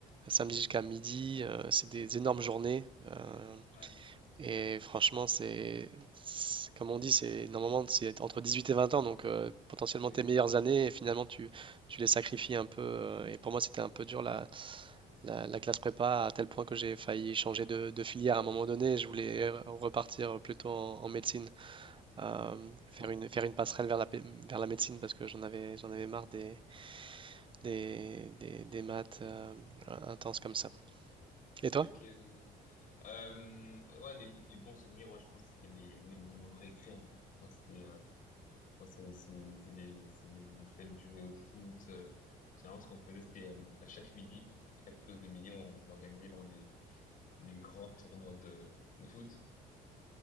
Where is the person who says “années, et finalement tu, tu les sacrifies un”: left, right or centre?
Right